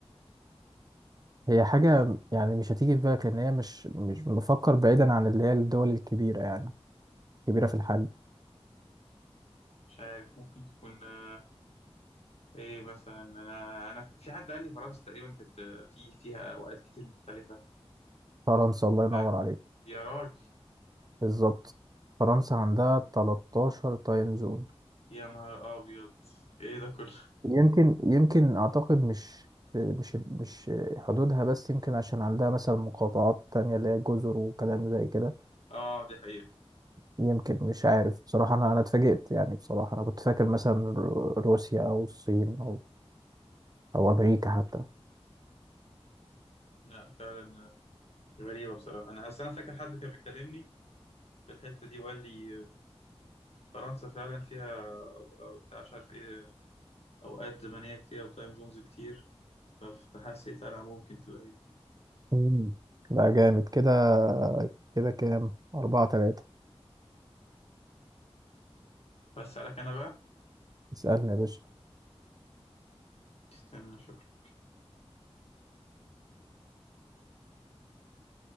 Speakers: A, on the right; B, on the left.
A: هي حاجة يعني مش هتيجي في بالك ان هي مش مش بفكر بعيدا عن اللي هي الدول الكبيرة يعني كبيرة في الحجم
B: مش عارف ممكن تكون آه ايه مثلا أنا أنا في حد قال لي فرنسا تقريبا كانت آه، في فيها أوقات كتير مختلفة
A: فرنسا الله ينور
B: آه،
A: عليك
B: يا راجل
A: بالظبط فرنسا عندها 13 تايم زون
B: يا نهار أبيض ايه ده كله
A: يمكن يمكن اعتقد مش مش مش حدودها بس يمكن عشان عندها مثلا مقاطعات تانية اللي هي جزر وكلام زي كده
B: اه دي حقيقة
A: يمكن مش عارف بصراحة انا انا اتفاجئت يعني بصراحة انا كنت فاكر مثلا رو- روسيا او الصين او او امريكا حتى
B: لا فعلا غريبة بصراحة أنا أصل أنا فاكر حد كان بيكلمني في الحتة دي وقال لي فرنسا فعلا فيها أو- أو بتاع مش عارف إيه أوقات زمنية كتير أو تايم زونز كتير فحسيت أنا ممكن تبقى إيه
A: مم. لا جامد كده كده كام أربعة تلاتة
B: بس عليك أنا بقى
A: اسألني يا باشا
B: استنى أشوف لك